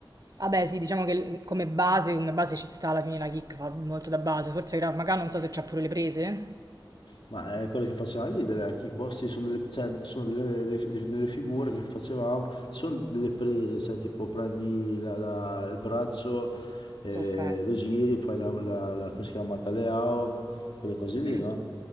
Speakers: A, on the right; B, on the left.
A: Vabbè, sì, diciamo che come base, come base ci sta alla fine la kick, fa molto da base. Forse Krav Maga, non so se c'ha pure le prese.
B: Ma eh, quelle che facevamo lì della kickboxing sono, delle, cioè, sono delle, le- le- delle figure che facevamo, sono delle prese, sai, tipo prendi la- la- il braccio, eh,
A: Ok.
B: lo giri, poi la, la, la- come si chiama, Mataleao, quelle cose lì,
A: Mm.
B: no?